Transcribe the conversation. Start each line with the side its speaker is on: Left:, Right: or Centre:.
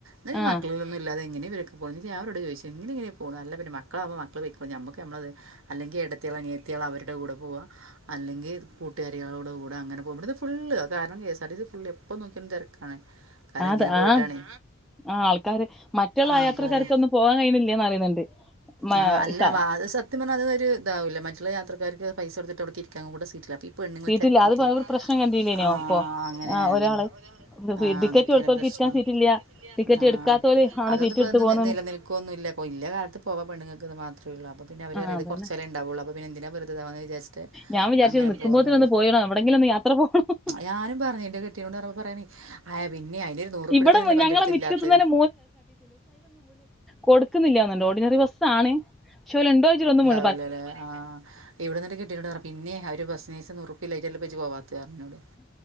Right: ന്നാലുവീ
Centre: ആഹ്
Right: മക്കളൊന്നും ഇല്ലാതെ എങ്ങനെവരു പോന്നേന്ന് ഞാരോട് ചോയ്ച്ചു ഇങ്ങനെങ്ങനെയാ പോകുന്നെ. അല്ല പിന്നെ മക്കളാകുമ്പോ മക്കള് പൊയ്ക്കോളും ഞമ്മക്ക് ഞമ്മളത് അല്ലെൻ ത്തി നിയത്തീ ള് അവര്ടെ കൂടെ പോവാ അല്ലെങ്കി കൂട്ടുകാര് കരികളോട് കൂടെ അങ്ങെനെ പോകാ ഇബടൊ ഫുള്ള് അത് കാരണം എ എസ് ആർടിസി ഫുള്ള് എപ്പോ നോക്കിയാലും തെരക്കാണ്. കാരണം
Centre: അത്
Right: ങ്ങനെപോയിട്ടാണെ
Centre: ആഹ് ആഹ് ആൾക്കാര് മറ്റുള്ള
Right: ആൾകര്.
Centre: യാത്രക്കാർക്കൊന്നും പോകാൻ കഴിയണില്ലേന്ന് പറയുന്നുണ്ട് മ
Right: ആ അല്ല
Centre: സ
Right: വാ സത്യ പറഞ്ഞാതൊരു താവില്ലെ മറ്റുള്ള യാത്രക്കാർക്ക് പൈസൊടുത്തിട്ട് അവിടൊക്കെരിക്കാനും കൂടെ സീറ്റിലാപ്പില. പെണ്ണുങ്ങള്
Centre: സീറ്റില്ല
Right: തെരക്കീറ്റ്
Centre: അത് പ- ഒരു പ്രശ്നം കണ്ടീല്ലേനോ
Right: ആഹ്
Centre: ഇപ്പൊ
Right: അങ്ങനെയായിരുന്നു.
Centre: ആഹ് ഒരാള്
Right: ആഹ്
Centre: ടിക്കറ്റ്
Right: അതൊക്കേണ്
Centre: കൊടുത്തോർക്ക്
Right: പ്രശ്നം
Centre: ഇരിക്കാൻ സീറ്റില്ല ടിക്കറ്റ്
Right: ആ
Centre: എടുക്കാത്തോല് ആണ്
Right: അതൊന്ന്
Centre: സീറ്റ്
Right: പ്പെന്നും
Centre: എടുത്ത് പോന്നന്ന്
Right: നിലനിൽക്കൊന്നുല്ല. ല്ല കാലത്ത് പോവാ പെണുൾക്ക്ത് മാത്രേള്ളൂ. അപ്പൊ പിന്നെ അവര്റിം
Centre: ആഹ്
Right: ത്
Centre: അതന്നെ
Right: കുറച്ചേരേ ണ്ടാവുള്ളൂ അപ്പോ പിന്നെന്തിനാ വെറുതെ താവ് ജെസ്റ്റ്
Centre: ഞാൻ വിചാരിച്ചു
Right: അങ്ങനെ
Centre: നിക്കുമ്പോത്തിനൊന്ന്
Right: പോകുന്നുണ്ട്.
Centre: പോയിണം എവിടെങ്കിലും ഒന്ന് യാത്ര പോണം
Right: ഞാനും പറഞ്ഞു എന്റെ കെട്ടീയോനോട് പറഞ്ഞപ്പ പറ ആ പിന്നെ അയിനൊരു നൂറുപ്പൃ
Centre: ഇവിടെ
Right: ടുക്കാനല്ലെ
Centre: മു-
Right: പന്റെടുത്ത്ല്ലാത്ത്.
Centre: ഞങ്ങളെ മുറ്റത്തുനിന്ന് തന്നെ കൊടുക്ക്ന്നില്ലാന്ന്ണ്ടോ ഓഡിനറി ബസ്സാണ് ക്ഷേ ല്ണ്ടോ ചിട്ടൊന്നും മി
Right: ല്ലലെ ആ, ഇവിടന്ന് കിട്ടിട്ടുണ്ട് പറഞ്ഞ പിന്നെ ഒരു ബസ്സിനേസ നൂറുപ്പൃ ല്ലായ്റ്റെല്ലേ ജ് പോവാ റഞ്ഞോട്